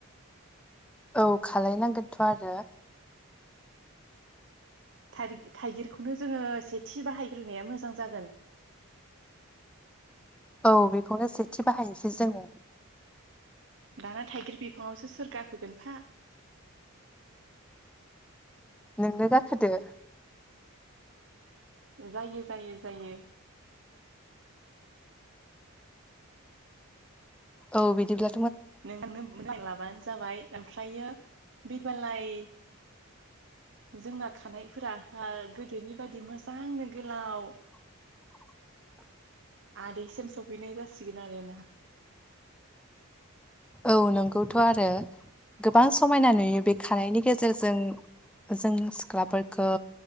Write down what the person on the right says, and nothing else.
थ थाइगिरखौनो जोङो सेथिि बाहायग्रोनाया मोजां जागोन
दाना थाइगिर बिफाङावसो सोर गाखोगोनफा
जायो जायो जायो
नोंनो <unintelligible> लाबानो जाबाय ओमफ्रायो बेबालाय जोंना खानायफोरा ओ गोदोनि बायदि मोजांनो गोलाव
आदैसिम सफैनाय जासिगोन आरोना।